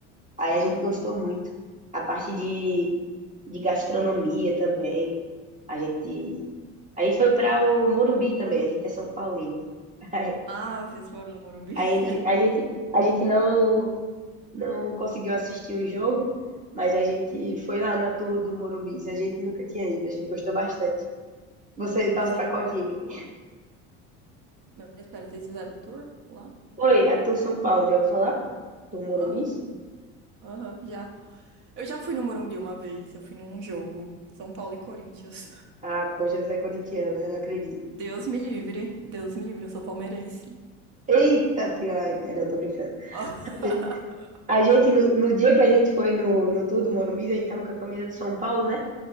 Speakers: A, on the right; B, on the right.
A: Aí
B: Aham.
A: a gente gostou muito. A parte de, de gastronomia também. A gente, a gente foi para o Morumbi também, a gente é São Paulino. <laughs>
B: Ah, vocês foram no Morumbi?
A: Aí
B: <laughs>
A: a gente, a gente não, não conseguiu assistir o jogo, mas a gente foi lá na Tour do Morumbi. A gente nunca tinha ido, a gente gostou bastante. Você torce
B: Vocês
A: pra qual
B: fizeram
A: time?
B: o tour? Mas espera, vocês fizeram o tour lá?
A: Oi, a Tour São Paulo, já ouviu falar? Tour Morumbi?
B: Aham, aham, já. Eu já fui no Morumbi uma vez, eu fui num jogo. São Paulo e Corinthians. <laughs>
A: Ah, poxa, você é corintiano, né? Não acredito.
B: Deus me livre, Deus me livre, eu sou palmeirense.
A: Eita, pior ainda. Ai, Não, tô brincando.
B: <laughs>
A: A gente, a gente, no, no dia que a gente foi no, no tour do Morumbi, a gente tava com a camisa do São Paulo, né?